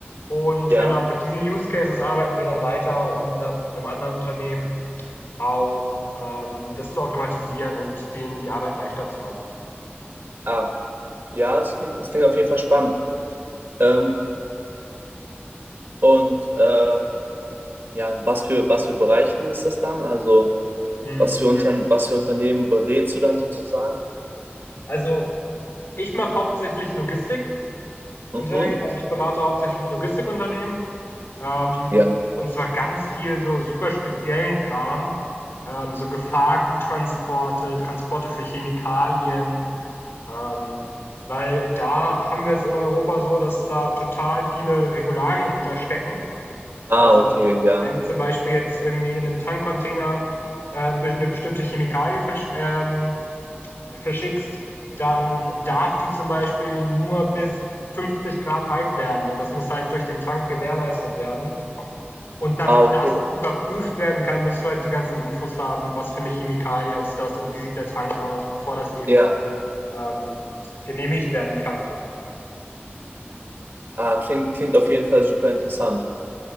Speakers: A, on the left; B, on the right.
A: Und
B: ja.
A: genau mit diesen Use Cases arbeiten wir dann weiter, um dann einem anderen Unternehmen auch ähm, das zu automatisieren und denen die Arbeit leichter zu machen.
B: Ach, ja, es klingt, es klingt auf jeden Fall spannend. Ähm, und äh, ja, was für, was für Bereichen ist das dann? Also,
A: Mhm.
B: was für Unter, was für Unternehmen berätst du dann sozusagen?
A: Also Ich mache hauptsächlich Logistikunternehmen,
B: Mhm.
A: also ich berate hauptsächlich Logistikunternehmen ähm,
B: Ja.
A: und zwar ganz viel so super speziellen Kram, ähm, so Gefahrguttransporte, Transporte für Chemikalien, ähm, weil da haben wir es in Europa so, dass da total viele Regularien hinterstecken.
B: Ah,
A: Also
B: okay, ja.
A: wenn du zum Beispiel jetzt irgendwie in einem Tankcontainer äh, eine bestimmte Chemikalie versch- ähm, verschickst, dann darf die zum Beispiel nur bis 50 Grad heiß werden und das muss halt durch den Tank gewährleistet werden. Und damit
B: Ah, okay,
A: das überprüft werden kann, musst du halt die ganzen Infos haben, was für eine Chemikalie ist das und wie sieht der Tank aus, bevor das eben
B: ja.
A: ähm, genehmigt werden kann.
B: Ah, klingt, klingt auf jeden Fall super interessant.